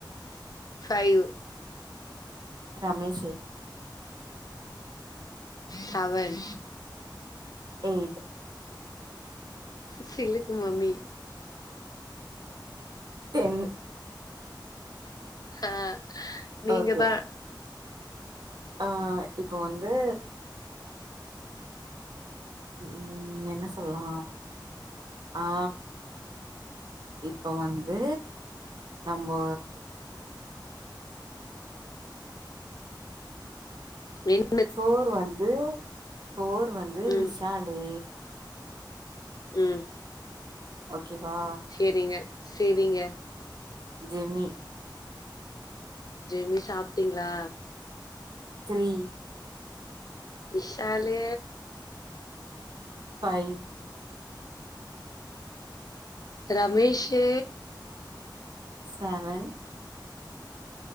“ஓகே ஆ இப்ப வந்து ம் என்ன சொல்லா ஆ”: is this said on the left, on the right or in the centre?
Right